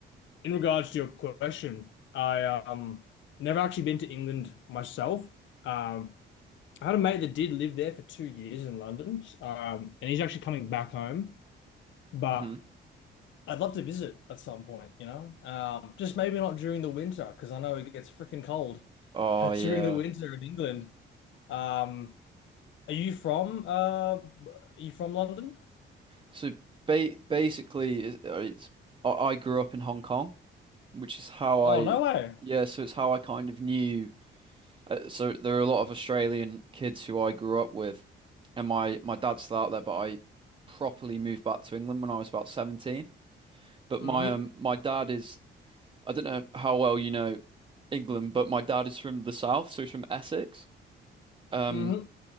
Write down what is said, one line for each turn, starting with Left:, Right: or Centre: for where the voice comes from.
Left: in regards to your question, I um never actually been to England myself. Um, I had a mate that did live there for two years in London, um, and he's actually coming back home, but.
Right: Mhm.
Left: I'd love to visit at some point, you know? Um, just maybe not during the winter, because I know it gets freaking cold
Right: Oh
Left: <laughs>
Right: yeah.
Left: during the winter in England. Um, are you from uh are you from London?
Right: So ba basically, it's, uh, it's I I grew up in Hong Kong, which is how I,
Left: Oh, no way.
Right: yeah. So it's how I kind of knew. Uh, so there are a lot of Australian kids who I grew up with, and my my dad's still out there, but I properly moved back to England when I was about 17. But
Left: Mm-hmm.
Right: my um my dad is I don't know how well you know England, but my dad is from the south, so he's from Essex. Um,
Left: Mm-hmm.